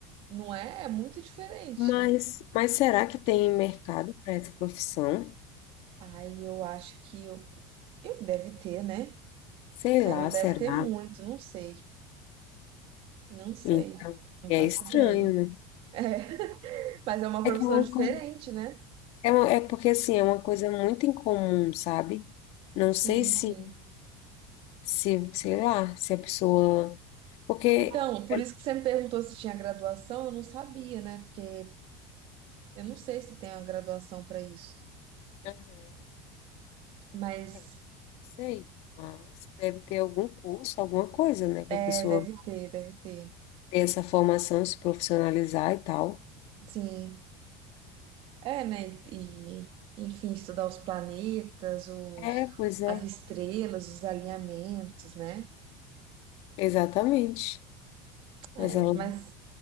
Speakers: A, on the right (about 50°); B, on the left (about 55°).
A: Não é? É muito diferente.
B: Mas, mas será que tem mercado para essa profissão?
A: ai eu acho que eu, eu deve ter, né?
B: Sei
A: Mas
B: lá,
A: não
B: será?
A: deve ter muito, não sei. Não sei.
B: Então,
A: Não
B: é
A: faço
B: estranho,
A: ideia. <laughs>
B: né?
A: É, mas é uma profissão
B: É que é uma
A: diferente,
B: coisa,
A: né?
B: é, uma- é porque assim, é uma coisa muito incomum, sabe? Não
A: Sim,
B: sei se,
A: sim.
B: se, sei lá, se a pessoa. Porque.
A: Então, por
B: é
A: isso que você me perguntou se tinha graduação, eu não sabia, né? Porque eu não sei se tem uma graduação para isso.
B: Aham,
A: Mas
B: é, sei, mas deve ter algum curso, alguma coisa, né? Para
A: é,
B: a pessoa
A: deve ter, deve ter.
B: ter essa formação, se profissionalizar e tal.
A: Sim. É, né? E, enfim, estudar os planetas, os,
B: É, pois é,
A: as estrelas, os alinhamentos, né?
B: exatamente. Mas
A: É,
B: ela
A: mas